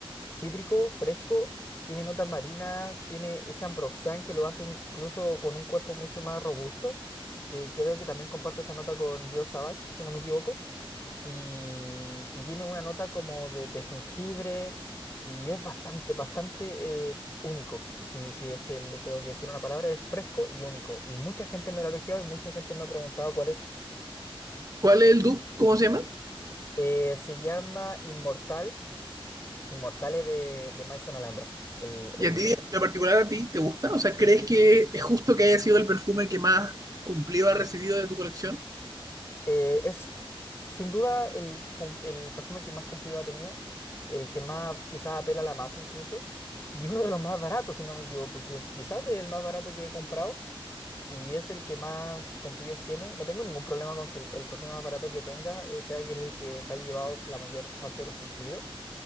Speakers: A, on the left; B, on the right.
A: cítrico, fresco, tiene notas marinas, tiene ese ambroxan que lo hace incluso con un cuerpo mucho más robusto que creo que también comparte esa nota con Dior Savage, si no me equivoco, y, y tiene una nota como de, de jengibre y es bastante, bastante eh, único. Si, si es que le tengo que decir una palabra, es fresco y único. Y mucha gente me lo ha elogiado y mucha gente me ha preguntado cuál es.
B: ¿Cuál es el dupe? ¿Cómo se llama?
A: Eh, se llama Inmortal, Inmortales de, de Maison Alhambra, el,
B: ¿Y
A: el
B: a ti,
A: dupe.
B: en lo particular, a ti te gusta? O sea, ¿crees que es justo que haya sido el perfume que más cumplido ha recibido de tu colección?
A: Eh, es ju- sin duda el, cum- el perfume que más cumplido ha tenido, el que más quizás apela a la masa incluso, y uno de los más baratos, si no me equivoco, que es- quizás es el más barato que he comprado y es el que más cumplidos tiene. No tengo ningún problema con que el, el perfume más barato que tenga eh, sea que el que se haya llevado la mayor parte de los cumplidos.